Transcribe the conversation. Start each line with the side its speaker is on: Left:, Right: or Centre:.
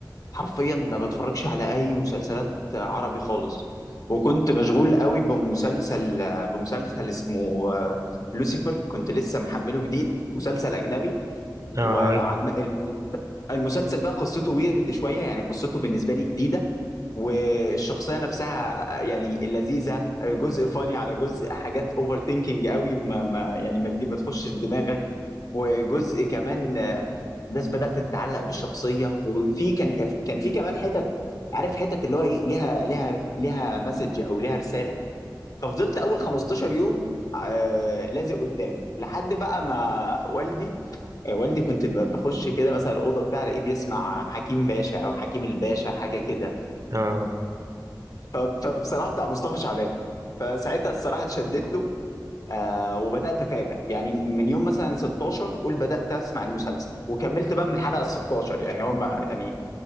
Left: حرفيا ما بتفرجش على اي مسلسلات عربي خالص وكنت مشغول قوي بمسلسل بمسلسل اسمه آه، لوسيفر كنت لسه محمله جديد مسلسل اجنبي
Right: اه عارف
Left: وعم الم- المسلسل بقى قصته ويرد شويه يعني قصته بالنسبه لي جديده والشخصيه نفسها يعني لذيذه جزء فاني على جزء حاجات اوفر ثينكينج قوي ما ما يعني ما تجي- ما تخشش دماغك وجزء كمان آه، الناس بدات تتعلق بالشخصيه وفي كان كان كان في كمان حتت عارف حتت اللي هو ايه ليها ليها ليها مسج او ليها رساله ففضلت اول 15 يوم آه، لازق قدامه لحد بقى ما والدي آه، والدي كنت ب- بخش كده مثلا الاوضه بتاعه الاقيه بيسمع حكيم باشا او حكيم الباشا حاجه كده
Right: اه
Left: فبصراحه بتاع مصطفى شعبان فساعتها الصراحه اتشدت له آه وبدات اتابع يعني من يوم مثلا 16 قول بدات اسمع المسلسل وكملت بقى من الحلقه ال 16 يعني هم يعني